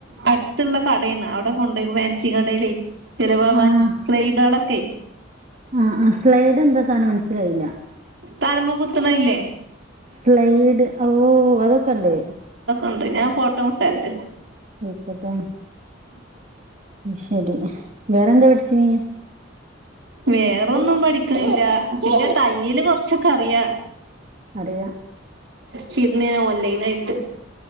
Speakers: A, on the right; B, on the right.
A: അടുത്തുള്ള കടാണ് അവിടെ കൊണ്ടപോയിും ഫാൻസി കടയിലേ ചിലവാവാൻ
B: ആഹ്
A: ക്രൈഡളൊക്കെ
B: ആഹ് അ സ്ലൈഡ് എന്താ സാധനം മനസ്സിലായില്ല
A: തലമ കുത്തണ ഇല്ലേ
B: സ്ലൈഡ് ഓഓ അതൊക്കെ ഉണ്ട്
A: ണ്ട് ഞാൻ ഫോട്ടോ വിട്ടരണ്ട്
B: ക്കട്ടെ ശരി വേറെന്താ പഠിചീനീ
A: വേറൊന്നും പഠിക്കുന്നില്ല പിന്നെ തയ്യല് കൊറച്ചൊക്കെ അറിയ
B: അതെ
A: ചിർനേന ഓൻലൈൻ ആയിത്ത